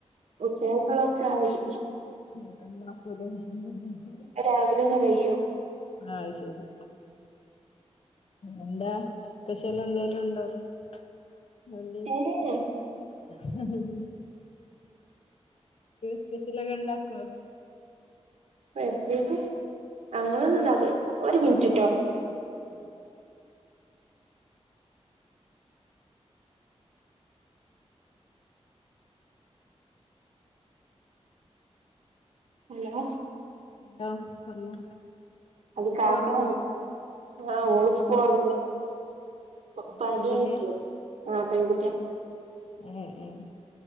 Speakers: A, on the right (about 80°); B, on the left (about 55°).
A: ഉച്ചക്കൊള്ളൊക്കായി
B: മക്കമാക്ക <unintelligible>
A: രാവിലെ തന്നെ കയ്യും
B: ആഹയ്ശരി എന്താ സ്പെശല് എന്തേലും ഉണ്ടോ <unintelligible>
A: ഏഹ്
B: <unintelligible> സ്പഷ്യലൊക്കെ ഉണ്ടക്കോ
A: സ്പെശ്യല് അങ്ങനെ ഒന്നുംണ്ടാക്കൂല ഒരു മിനിറ്റിട്ടോ
B: ഉം
A: ഹലോ
B: ഹലോ പറഞ്ഞോ
A: അത്
B: കുട്ടി
A: കാക്ക
B: ഉറങ്ങോ
A: വാങ്ങി ആഹ് ഒള്പ്പോ
B: വന്നു
A: ഒറ ഓക്ക് പന്യായിട്ടേ
B: പെൺകുട്ടിയാ
A: ആഹ് പെൺകുട്ട്യാ
B: ഏഹ് ഏഹ്